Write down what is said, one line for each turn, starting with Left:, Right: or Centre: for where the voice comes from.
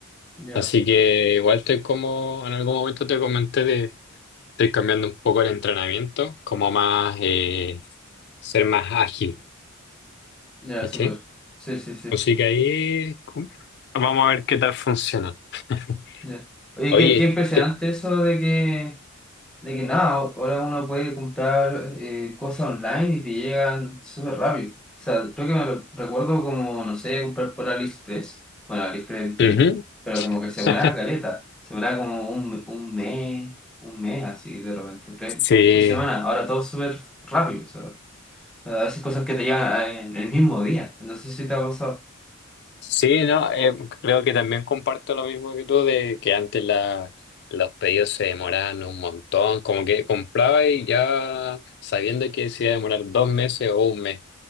Centre: Ya,
Left: Así que igual estoy como, en algún momento te comenté de, estoy cambiando un poco el entrenamiento, como más, eh, ser más ágil,
Centre: ya,
Left: ¿cachai?
Centre: súper. Sí, sí, sí.
Left: Así que ahí com- vamos a ver qué tal funciona. <laughs>
Centre: Ya. Oye,
Left: Oye,
Centre: qué, qué impresionante
Left: te-
Centre: eso de que de que nada, ahora uno puede comprar eh, cosas online y te llegan súper rápido. O sea, creo que me re- recuerdo como, no sé, comprar por AliExpress. Bueno, AliExpress es distinto,
Left: ujú.
Centre: pero como que se demoraba
Left: <laughs>
Centre: caleta. Se demoraba como un, me- un mes, un mes así de repente, tres,
Left: Sí,
Centre: tres semanas. Ahora todo súper rápido. O sea, a veces cosas que te llegan eh, el mismo día. No sé si te ha pasado.
Left: Sí, no, eh, creo que también comparto lo mismo que tú, de que antes la, los pedidos se demoraban un montón, como que compraba y ya sabiendo que se iba a demorar dos meses o un mes.